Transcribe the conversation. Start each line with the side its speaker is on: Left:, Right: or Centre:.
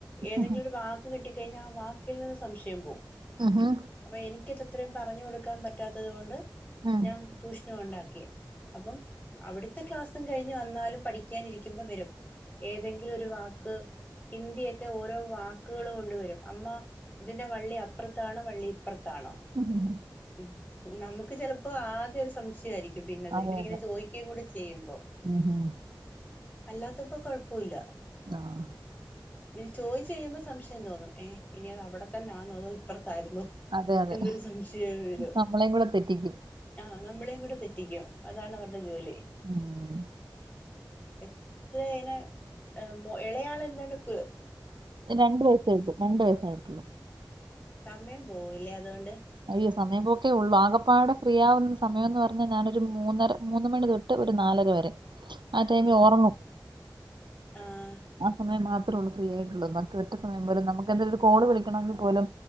Left: ഏതെങ്കിലും
Right: ഉഹും.
Left: ഒരു വാ ക്ക് കിട്ടി കഴിഞ്ഞ ആ വാക്കിൽ നിന്ന് സംശയം പോവും
Right: ആഹാ
Left: അപ്പൊ എനിക്ക്ത്തെത്ത്രയും പറഞ്ഞു കൊടുക്കാൻ പറ്റാത്തത് കൊണ്ട്
Right: ഉം.
Left: ഞാൻ ട്യൂഷ്നു കൊണ്ടാക്കി അപ്പം അവിടുത്തെ ക്ലാസ്സും കഴിഞ്ഞ് വന്നാലും പഠിക്കാനിരിക്കുമ്പ വെരും. ഏതെങ്കിലും ഒരു വാക്ക് ഹിന്ദിയൊക്കെ ക്കെ ഓരോ വാക്ക്‌കൾ കൊണ്ട്‌വരും അമ്മ ഇതിന്റെ വള്ളി അപ്പർത്താണോ വള്ളി ഇപ്പർ താണോ
Right: ഉഹും.
Left: ഉം നമുക്ക് ചെലപ്പോ ആകെ ഒര് സംശയായിരി ക്കും പിന്നെത്
Right: അതെ
Left: ഇവരിങ്ങനെ
Right: അതെ
Left: ചോദിക്കുകയും കൂടെ ചെയ്യുമ്പോ.
Right: ഉഹും.
Left: അല്ലാത്തപ്പോ കൊഴപ്പൂല്ല
Right: ആഹ്
Left: ഇങ്ങനെ ചോദിച്ച് കഴിയുമ്പോ സംശയം തോന്നും. ഏഹ ഇനി അത് അവിടെ തന്നെ ആണോ അതൊ പ്പർത്തായിരുന്നു
Right: അതെ അതെ
Left: എന്നൊരു സംശയം വര
Right: നമ്മളെയും കൂടെ തെറ്റിക്കും
Left: ആഹ നമ്മളേയും കൂടെ തെറ്റിക്കും അതാണ് അവരുടെ ജോലി.
Right: ഉം.
Left: എത്ര എയിനെ എ മോ എളയാള് എന്താണ്ട് ക്ക്
Right: എഹ് രണ്ടു വയസ്സായിരിക്കും രണ്ട് വയസ്സായിരിക്കുള്ളൂ
Left: സമയം പോവുലേ അതോണ്ട്
Right: അയ്യോ സമയംപോക്കെ ഉള്ളൂ ആകപ്പാടെ ഫ്രീ ആവുന്ന സമയം എന്ന് പറഞ്ഞാൽ ഞാനൊരു മൂന്നര മൂന്ന് മണി തൊ ട്ട് ഒരു നാലര വരെ ആതൈമി
Left: ഉം
Right: ഓർങ്ങും
Left: ആഹ്
Right: ആ സമയം മാത്രേ ഉള്ളൂ ഫ്രീ ആയിട്ടുള്ളൂ. നമക്ക് ഒറ്റ സമയം പോലും നമുക്ക് എന്തായാലും കാൾ വിളിക്കണെങ്കിൽ പോലും.